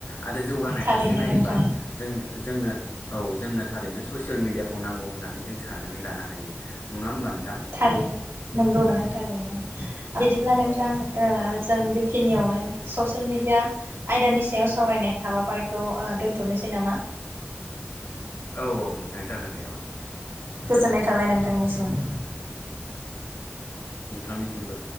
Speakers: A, on the left; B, on the right.
A: आरो जौगानाय
B: थारैनो
A: फारसे नायोबा
B: नोंथां
A: जों जोंनो औ जोंनो थारैनो ससेल मिडियाखौ नांगौ होननानै जों साननानै लानो हायो नंङा होमबा? नोंथां
B: थारैनो नोंगौ <unintelligible> बिदिब्ला नों थां ओ
A: औ
B: जों बे खिनियावनो ससेयेल मेडिया आयदानि सायाव सावरायनाय हाबाफारिखौ ओ दोन्थनोसै नामा?
A: औ औ नोंथां जागोन दे औ।
B: गोजोननाय थाबाय नोंथांनिसिम।
A: नोंथांनिसिमबो।